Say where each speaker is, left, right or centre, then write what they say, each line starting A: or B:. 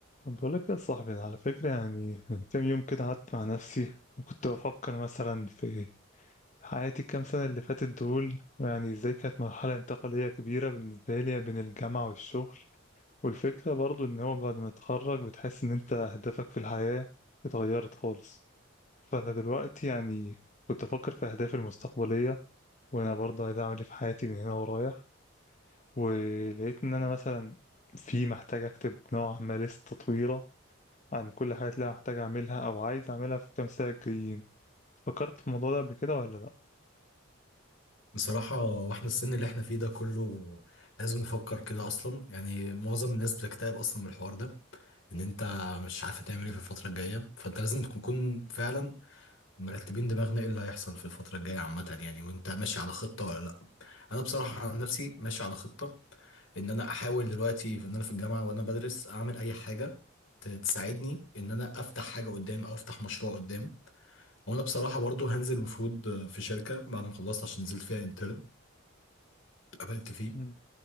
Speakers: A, on the left; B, on the left.
A: طب بقول لك يا صاحبي أنا على فكرة يعني من كام يوم كده قعدت مع نفسي وكنت بفكر مثلا في حياتي الكام سنة اللي فاتت دول ويعني ازاي كانت مرحلة انتقالية كبيرة بالنسبة لي بين الجامعة والشغل والفكرة برضو ان هو بعد ما تتخرج بتحس ان انت اهدافك في الحياة اتغيرت خالص فانا دلوقتي يعني كنت افكر في اهدافي المستقبلية وانا برضو عايز اعمل ايه في حياتي من هنا ورايح ولقيت ان انا مثلا في محتاج اكتب نوع ما لستة طويلة عن كل حاجة اللي أنا هحتاج أعملها أو عايز أعملها في الكام ساعة الجايين فكرت في الموضوع ده قبل كده ولا لأ؟
B: بصراحة واحنا السن اللي احنا فيه ده كله لازم نفكر كده اصلا يعني معظم الناس بتكتئب اصلا من الحوار ده ان انت مش عارف تعمل ايه في الفترة الجاية فانت لازم تكون تكون فعلا مرتبين دماغنا ايه اللي هيحصل في الفترة الجاية عامة يعني وانت ماشي على خطة ولا لا انا بصراحة عن نفسي ماشي على خطة ان انا احاول دلوقتي في ان انا في الجامعة وانا بدرس اعمل اي حاجة ت- تساعدني ان انا افتح حاجة قدام او افتح مشروع قدام وانا بصراحة برضو هنزل المفروض في شركة بعد ما خلصت عشان نزلت فيها انترن قابلت فيه
A: مم.